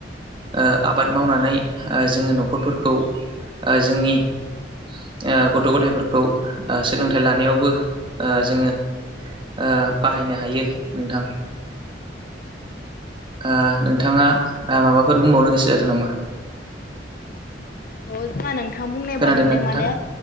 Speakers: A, on the right; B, on the left.
A: ओ आबाद मावनानै ओ जोङो नखरफोरखौ ओ जोंनि ओ गथ' गथायफोरखौ ओ सोलोंथाइ लानायावबो ओ जोङो ओ बाहायनो हायो नोंथां ओ नोंथाङा माबाफोर बुंबावनो गोसो जादों नामा
B: औ <unintelligible> नोंथां बुंनाय
A: खोनादोंना
B: बादिनो
A: नोंथां
B: माने